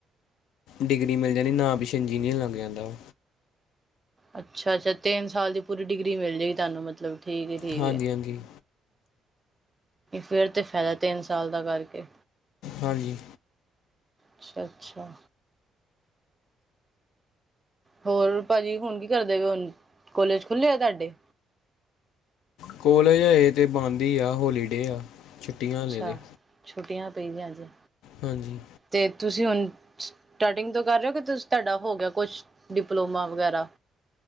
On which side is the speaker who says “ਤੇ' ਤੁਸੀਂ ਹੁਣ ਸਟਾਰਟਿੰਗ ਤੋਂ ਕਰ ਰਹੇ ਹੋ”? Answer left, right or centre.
Right